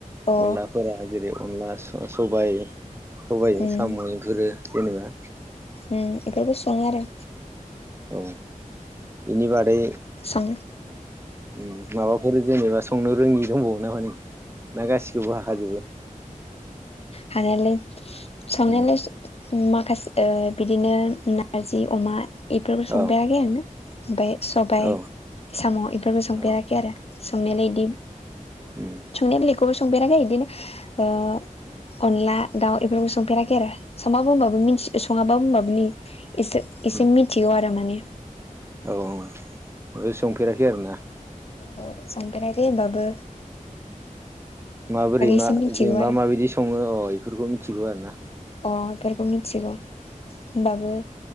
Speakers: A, on the left; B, on the right.
A: अ
B: अनला फोरा जेरै अनला स सबाय सबाइजों
A: उम
B: साम' इफोरो जेनेबा
A: उम इफोरखो सङो आरो
B: औ बेनि बादै
A: सां
B: उम माबाफोर जेनेबा संनो रोङि दंबावो नामा नोङो ना गासिखौबो हाखाजोबो
A: हानायालाय संनायालाय
B: उम
A: उम माखासे बिदिनो नारजि अमा एफोरबो संफेराखै
B: औ
A: आङो ओमफ्राय सबाय
B: औ
A: साम' बेफोरबो संफेराखै
B: औ
A: आरो संनायालाय इदि
B: ह
A: संनाय बिलाइखौबो संफेराखै बिदिनो
B: उम
A: अनला दाउ बेफोरखौ संफेराखै आरो सङाबो होनबाबो मिथि सङाबाबो होनबाबो नि एसे एसे
B: उम
A: मिथिगौ आरो माने
B: औ औ बो संफेराखै आरोना
A: ए संफेराखै होमबाबो
B: माबोरै मा
A: एसे मिथिगौ
B: जों मा
A: आरो
B: माबायदि सङो अ इफोरखौ मिथिगौ आरो ना
A: अ बेफोरखौ मिथिगौ होनबाबो